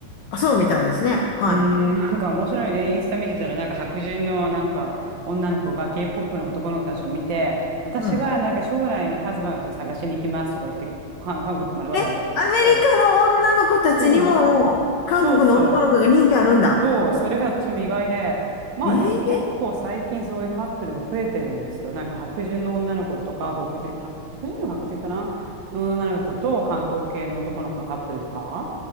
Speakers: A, on the left (about 75°); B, on the right (about 65°).
A: あ、そうみたいですね。はい。
B: うーん、なんか面白いね。インスタ見てたら、なんか白人のなんか女の子が K-POP の男の子たちを見て、私はなんか将来のハズバンドを探しに行きますとか言って、
A: うん。
B: か韓国までわざわざ行って、
A: え、アメリカの女の子たちにも、
B: そう、
A: 韓国の男の子が人気あるんだ。
B: そうそう、そう、それが私も意外で、まあでも結構最近そういうカップルが増えてるんですよ。
A: えー、
B: なんか白人の女の子とか、黒人、は黒人の白人かなの女の子と韓国系の男の子のカップルとか。